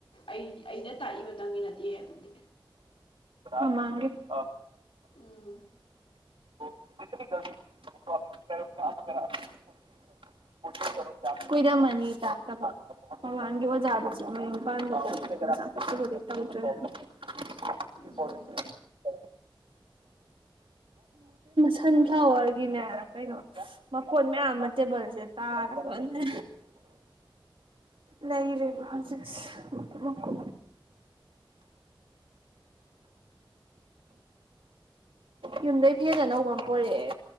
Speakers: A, on the left (about 90°); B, on the right (about 80°).
A: ꯑꯩ ꯑꯩꯅ ꯇꯥꯛꯏꯕ ꯇꯪꯅꯤꯅ ꯌꯥ ꯑꯗꯨꯕꯨꯗꯤ
B: ꯑꯃꯡꯒꯤ <unintelligible>
A: ꯎꯝ
B: <unintelligible>
A: ꯎꯝ
B: ꯁꯟꯐ꯭ꯂꯥꯋꯔꯒꯤꯅꯦ ꯀꯩꯅꯣ ꯃꯈꯣ ꯃꯌꯥꯝ ꯑꯃ ꯇꯦꯕꯜꯁꯦ ꯇꯥꯔꯦꯅꯦ ꯂꯩꯔꯦꯕ ꯍꯧꯖꯤꯛ ꯃꯀꯨ ꯌꯨꯝꯗꯩ ꯐꯦꯟ ꯑꯅꯧꯕ ꯑꯃ ꯄꯨꯔꯛꯑꯦ